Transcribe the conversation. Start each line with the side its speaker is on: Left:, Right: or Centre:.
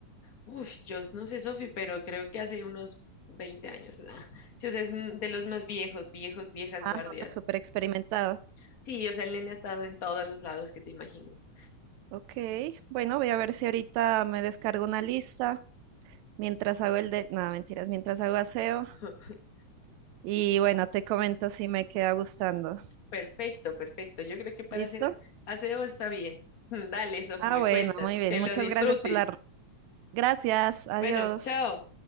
Left: uf, yo no sé, Sofi, pero creo que hace unos 20 años. nah. Sí, o sea, es mm, de los más viejos, viejos, viejas
Right: Ah,
Left: guardias.
Right: no, es súper experimentado.
Left: Sí, o sea, el nene ha estado en todos los lados que te imagines.
Right: Ok, bueno, voy a ver si ahorita me descargo una lista mientras hago el de... No, mentiras, mientras hago aseo.
Left: <laughs>
Right: Y bueno, te comento si me queda gustando.
Left: Perfecto, perfecto. Yo creo que para
Right: ¿Listo?
Left: hacer aseo está bien. <laughs> Dale, Sofi,
Right: Ah,
Left: me
Right: bueno,
Left: cuentas.
Right: muy bien.
Left: Que
Right: Muchas
Left: lo disfrutes.
Right: gracias por la... Gracias, adiós.
Left: Bueno, chao.